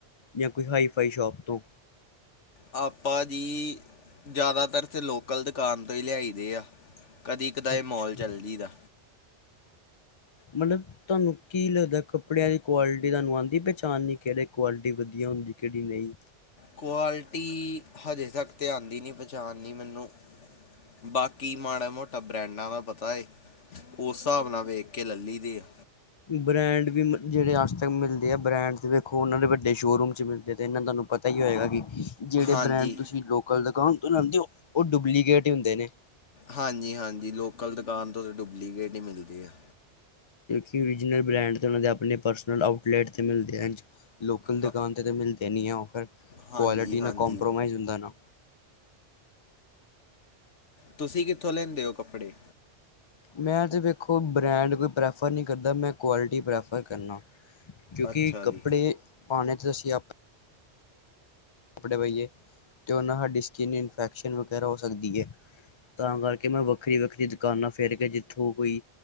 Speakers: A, on the left (about 35°); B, on the left (about 80°).
A: ਜਾਂ ਕੋਈ ਹਾਈ ਫਾਈ ਸ਼ੋਪ ਤੋਂ?
B: ਆਪਾਂ ਜੀ ਜ਼ਿਆਦਾਤਰ ਅਤੇੇ ਲੋਕਲ ਦੁਕਾਨ ਤੋਂ ਹੀ ਲਿਆਈ ਦੇ ਆ ਕਦੀ ਕਦਾ
A: ਅੱਛਾ
B: ਮੋਲ ਚੱਲਜੀਦਾ
A: ਮਤਲਬ ਤੁਹਾਨੂੰ ਕੀ ਲੱਗਦਾ ਕੱਪੜਿਆਂ ਦੀ ਕੁਆਲਿਟੀ ਤੁਹਾਨੂੰ ਆਉਂਦੀ ਪਹਿਚਾਣਨੀ ਕਿਹੜੇ ਕੁਆਲਿਟੀ ਵਧੀਆ ਹੁੰਦੀ ਕਿਹੜੀ ਨਹੀਂ
B: ਕੁਆਲਿਟੀ ਹਜੇ ਤੱਕ ਧ ਆਉਂਦੀ ਨਹੀਂ ਪਚਾਣਨੀ ਮੈਨੂੰ ਬਾਕੀ ਮਾੜੇ ਮੋਟਾ ਬ੍ਰਾਂਡਾਂ ਦਾ ਪਤਾ ਹੈ। ਉਸ ਹਿਸਾਬ ਨਾਲ ਵੇਖ ਕੇ ਲੇ ਲੀ ਦੇ ਆ
A: ਬ੍ਰੈਂਡ ਵੀ ਮ ਜਿਹੜੇ ਅੱਜ ਤੱਕ ਮਿਲਦੇ ਆ ਬ੍ਰੈਂਡ ਵੇਖੋ ਉਹਨਾਂ ਦੇ ਵੱਡੇ ਸ਼ੋਅਰੂਮ ਚ ਮਿਲਦੇ ਆ ਅਤੇ ਇਹਨਾਂ ਤੁਹਾਨੂੰ ਪਤਾ ਹੀ ਹੋਏਗਾ ਕਿ ਜਿਹੜੇ
B: ਹਾਂਜੀ
A: ਬ੍ਰੈਂਡ ਤੁਸੀਂ ਲੋਕਲ ਦੁਕਾਨ ਤੋਂ ਲਾਉਦੇ ਹੋ ਉਹ ਡੁਪਲੀਕੇਟ ਹੀ ਹੁੰਦੇ ਨੇ
B: ਹਾਂਜੀ-ਹਾਂਜੀ ਲੋਕਲ ਦੁਕਾਨ ਤੋਂ ਤਾਂ ਡੁਪਲੀਕੇਟ ਹੀ ਮਿਲਦੇ ਹੈ।
A: ਕਿਜਨਲ ਬ੍ਰੈਂਡ ਤੇ ਉਹ ਦੇ ਆਪਣੇ ਪਰਸਨਲ ਆਊਟਲੈਟ ਤੇ ਮਿਲਦੇ ਹਨ ਲੋਕਲ ਦੁਕਾਨ
B: ਹਾਂ-
A: ਤੇ ਮਿਲਦੇ ਜਿਨੀਆ ਉਟਫਿਤ
B: ਹਾਂਜੀ
A: ਕੁਆਲਿਟੀ
B: ਹਾਂਜੀ
A: ਨਾਲ ਕੰਪ੍ਰੋਮਾਈ ਹੁੰਦਾ ਨਾ
B: ਤੁਸੀਂ ਕਿੱਥੋਂ ਲੈਂਦੇ ਹੋ ਕੱਪੜੇ
A: ਮੈਂ ਤਾਂ ਦੇਖੋ ਬ੍ਰੈਂਡ ਕੋਈ ਪ੍ਰੈਫਰ ਨਹੀਂ ਕਰਦਾ ਮੈਂ ਕਆਲਿਟੀ ਪ੍ਰੈਫਰ ਕਰਨਾ ਕਿਉਂਕਿ
B: ਅੱਛਾ
A: ਕੱਪੜੇ
B: ਜੀ
A: ਪਾਉਣੇ ਅਸੀਂ ਆਪ <unintelligible> ਉਹਨਾ ਸਾਡੀ ਸਕਿਨ ਇਨਫੈਕਸ਼ਨ ਵਗੈਰਾ ਹੋ ਸਕਦੀ ਐ। ਤਾਂ ਕਰਕੇ, ਮੈਂ ਵੱਖਰੀ-ਵੱਖਰੀ ਦੁਕਾਨਾਂ ਫਿਰ ਕੇ ਜਿੱਥੋਂ ਕੋਈ